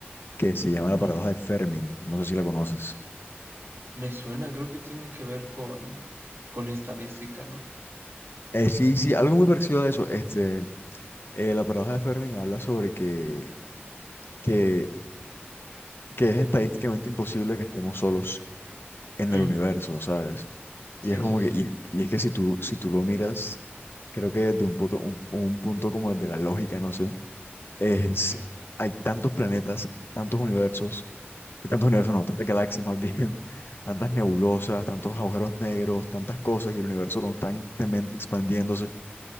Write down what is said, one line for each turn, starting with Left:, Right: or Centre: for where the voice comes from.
Left: que se llama
Right: ¿Cuál?
Left: la paradoja de Fermi. No sé si la conoces.
Right: Me suena, creo que tiene que ver con, con estadística, ¿no?
Left: Eh, sí, sí, algo muy parecido a eso. Este, eh, la paradoja de Fermi habla sobre que, que, que es estadísticamente imposible que estemos solos en
Right: Mm,
Left: el universo, ¿sabes?
Right: sí,
Left: Y es como
Right: sí,
Left: que,
Right: sí,
Left: y, y es que si tú, si tú lo miras, creo que desde un punto, un, un punto como desde la lógica, no sé, es,
Right: sí,
Left: hay tantos planetas, tantos universos, y tantos universos no, tantas galaxias más <laughs> bien, tantas nebulosas, tantos agujeros negros, tantas cosas, y el universo constantemente expandiéndose.